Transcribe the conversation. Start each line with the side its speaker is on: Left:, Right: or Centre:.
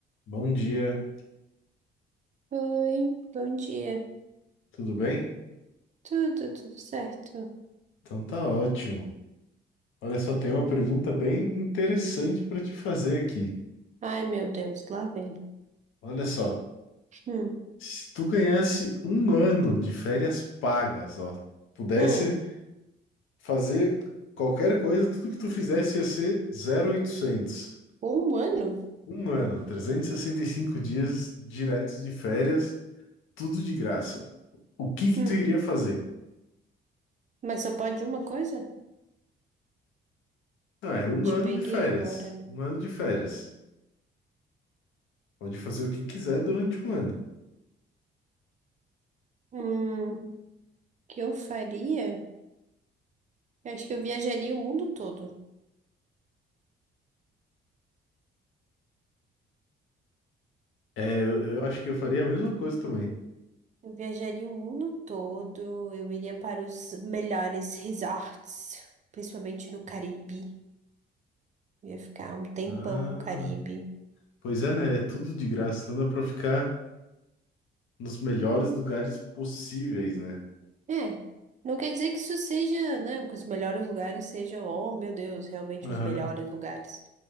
Left: Bom dia,
Right: Oi, bom dia.
Left: tudo bem?
Right: Tudo, tudo certo?
Left: Então tá ótimo. Olha só, tem uma pergunta bem interessante para te fazer aqui.
Right: Ai, meu Deus, lá vem.
Left: Olha só,
Right: Hum,
Left: se tu ganhasse um ano de férias pagas, ó, pudesse
Right: hum,
Left: fazer qualquer coisa, tudo que tu fizesse ia ser 0,800.
Right: humano?
Left: Um ano, trezentos e e sessenta e cinco dias diretos de férias, tudo de graça. O que que
Right: Hum,
Left: tu iria fazer?
Right: mas só pode uma coisa?
Left: Ah, é um
Right: Te
Left: ano
Right: peguei
Left: de férias.
Right: agora, né?
Left: Um ano de férias. Pode fazer o que quiser durante um ano.
Right: Hum, o que eu faria? Eu acho que eu viajaria o mundo todo.
Left: É, eu, eu acho que eu faria a mesma coisa também.
Right: Eu viajaria o mundo todo. Eu iria para os melhores resorts, principalmente no Caribe. Eu ia ficar um tempão
Left: Ah,
Right: no Caribe.
Left: pois é, né? É tudo de graça, então dá pra ficar nos melhores lugares possíveis, né?
Right: É, não quer dizer que isso seja, né, que os melhores lugares sejam, oh meu Deus, realmente
Left: Aham.
Right: os melhores lugares.